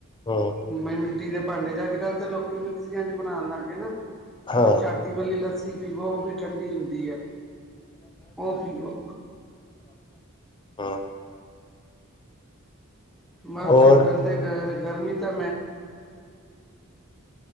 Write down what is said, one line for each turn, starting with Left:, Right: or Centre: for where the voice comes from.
Left: ਹਾਂ,
Centre: ਮਿੱਟੀ ਦੇ ਭਾਂਡੇ ਚ ਅੱਜ, ਕੱਲ੍ਹ ਤਾਂ ਲੋਕੀ ਮਿਕਸੀਆਂ ਚ ਬਣਾਉਣ ਲੱਗ ਗਏ ਨਾ।
Left: ਹਾਂ।
Centre: ਉਹ ਜਾਤੀ ਵਾਲੀ ਲੱਸੀ ਪੀਵੋ ਉਹ ਵੀ ਠੰਡੀ ਹੁੰਦੀ ਐ, ਉਹ ਪੀਵੋ।
Left: ਹਮ <inaudible>
Centre: ਬਸ
Left: ਹੋਰ
Centre: ਅੱਜ ਕਲ
Left: ਹਾਂ,
Centre: ਤਾਂ ਗ ਗਰਮੀ ਤਾਂ